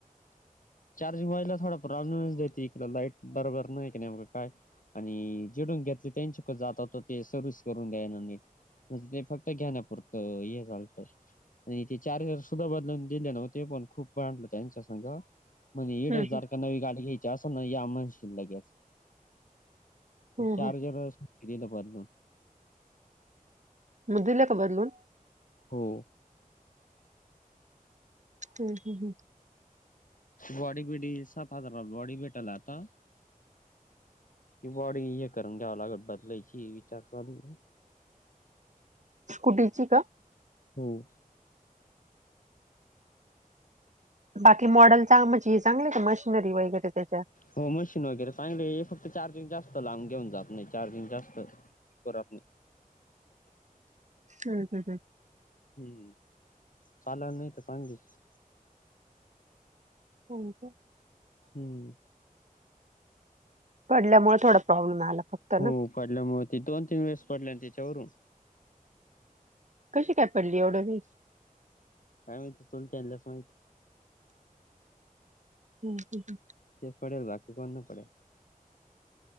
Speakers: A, on the left (about 65°); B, on the right (about 55°).
A: चार्जिंग व्हायला थोडा प्रॉब्लेमच देती इकडं. लाईट बरोबर नाही की नीव काय? आणि जिडून घेतली त्यांच्याक जाताव त ते सर्विस करून द्यायना नीट, म्हणजे ते फक्त घ्याण्यापुरतं हे चालतं आणि ते चार्जर सुद्धा बदलवून दिले नव्हते पण खूप भांडलो त्यांच्यासंग. म्हणे एड
B: हं,
A: हजार
B: हं.
A: का नवी गाडी घ्यायची असं नाही की आम्हा म्हणशील लगेच
B: हं,
A: चार्जरच
B: हं.
A: दिलं बदलुन.
B: म दिलं का बदलून?
A: हो.
B: हम् हम् हम
A: बॉडी बिडी सात हजारात, बॉडी भेटल आता. की बाॅडी हे करुन घ्याव लागल, बदलायची विचार चालू हे.
B: स्कुटीची का?
A: हम्म.
B: बाकी मॉडेलचा म्हणजे हे चांगले का मशिनरी वगैरे त्याच्या?
A: हो मशीन वगैरे चांगली हे, फक्त चार्जिंग जास्त लांब घेऊन जात नाही चार्जिंग जास्त राहत नाही.
B: हम हम हम
A: हम्म चालाला नाही तर चांगलीच.
B: हो का?
A: हम्म
B: पडल्यामुळे थोडा प्रॉब्लेम आला फक्त
A: हो
B: ना
A: पडल्यामुळे ते दोन तीन वेळेस पडले ना त्याच्यावरून
B: कशी काय पडली एवढं वेळेस
A: काय माहिती चलत्यांनाच माहिती
B: हम ह
A: तेच पडेले बाकी कोणी नाही पडेल